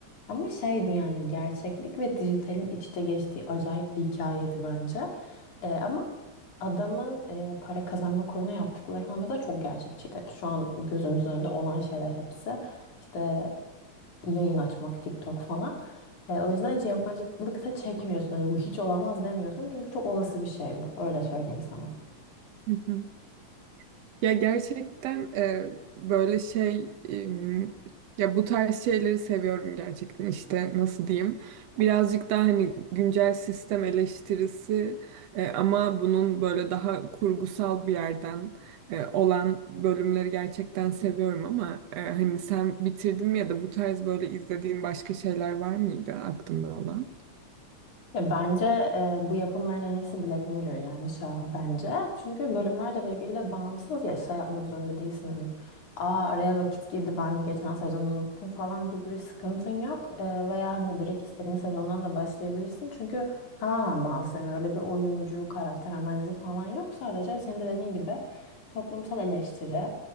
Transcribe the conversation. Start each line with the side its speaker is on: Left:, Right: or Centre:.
Left: Ama şeydi yani gerçeklik ve dijitalin iç içe geçtiği acayip bir hikayeydi bence. E, ama adamın e, para kazanma kuruna yaptıkları falan mesela çok gerçekçiydi. Şu an gözümüzün önünde olan şeyler hepsi. İşte yayın açmak TikTok falan. E, o yüzden hiç yabancılık da çekmiyorsun. Hani bu hiç olamaz demiyorsun. Çünkü çok olası bir şey bu. Öyle söyleyeyim sana.
Right: <laughs> Ya gerçekten e, böyle şey em, ya bu tarz şeyleri seviyorum gerçekten işte nasıl diyeyim birazcık daha hani güncel sistem eleştirisi e, ama bunun böyle daha kurgusal bir yerden e, olan bölümleri gerçekten seviyorum ama e, hani sen bitirdin mi ya da bu tarz böyle izlediğin başka şeyler var mıydı aklında olan?
Left: Ya bence e, bu yapımların en iyisi Black Mirror yani şahı bence. Çünkü bölümler de birbiriyle bağımsız ya şey yapmak zorunda değilsin hani. Aa araya vakit girdi ben geçen sezonu unuttum falan gibi bir sıkıntın yok. E, veya hani direkt istediğin sezondan da başlayabilirsin. Çünkü tamamen bağımsız yani öyle bir oyuncu karakter analizi falan yok. Sadece senin de dediğin gibi toplumsal eleştiri